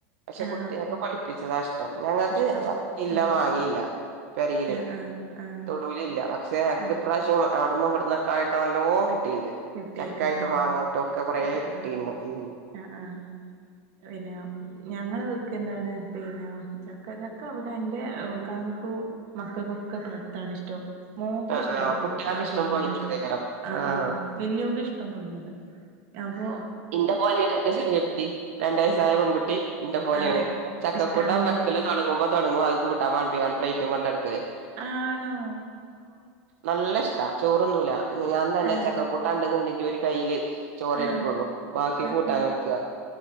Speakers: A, on the right; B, on the right.
A: പക്ഷെ
B: ആഹ്
A: കുട്ടിയാക്ക് പഴുപ്പിച്ചതാ ഇഷ്ട്ടം കേട്ടോ ഞങ്ങൾക്ക്
B: ഇഷ്ടം
A: ചക്കയില്ല
B: ഉം
A: മാങ്ങയില്ല പരേല്
B: ആഹ് ആഹ് ആഹ്
A: തൊടൂലില്ല പക്ഷെ നമ്മക്ക്
B: ആഹ്
A: ഇപ്രാവശ്യം അവിടന്നും ഇവിടുന്നൊക്കൊയിട്ട് നല്ലോം കിട്ടീണ്ട്
B: കിട്ടി
A: ചെക്കായിട്ട്
B: ആഹ്
A: മാാങ്ങയിട്ടും ഒക്കെ കുറേ
B: ആഹ്
A: കിട്ടീരുന്നു
B: ആഹ് ആഹ്
A: ഉം
B: ആഹ് പിന്നെ ഞങ്ങള് വെക്ക്
A: ഉം
B: എന്താണ് പിന്നെ ചക്ക ചക്ക അവിടെ എന്റെ ഇക്കാക്കാക്കും മക്കൾക്കൊക്കെ പത്തണ് ഇഷ്ട്ടം മോൾക്ക്
A: ആഹ്
B: ഇഷ്ടം
A: ആഹ് കുട്ടികൾക്ക്
B: ആ പുയ്ങ്ങിയതാ
A: പഴുത്തതേക്കാരം
B: ഇഷ്ടം ആ
A: ആഹ്
B: ആ വല്യോക്ക് ഇഷ്ടം പുഴിങ്ങിയത് അപ്പോ
A: ഇന്റെ പോലെയാണ് എന്റെ ചെറിയ കുട്ടി രണ്ട് വയസ്സായ പെൺകുട്ടി ഇന്റെ പോലെയാണ്
B: ആ
A: ചക്കക്കൂട്ടാൻ
B: ഇഷ്ടാണല്ലേ
A: വ വെക്കല് തുടങ്ങുമ്പോ തുടങ്ങും അത് കൂട്ടാൻ വളമ്പികാണ്ട് പ്ലേറ്റും കൊണ്ടടുക്കല്
B: ആണോ
A: നല്ല ഇഷ്ടാ ചോറൊന്നുല ഞാൻ തന്നെ
B: ആ
A: ചക്കക്കൂട്ട ഉണ്ടന്നുണ്ടെങ്കി ഒരു കയ്യില് ചോറെട്കൊളളൂ
B: ആ
A: ബാക്കി
B: ആ
A: കൂട്ടാന
B: ആ
A: എടുക്കുക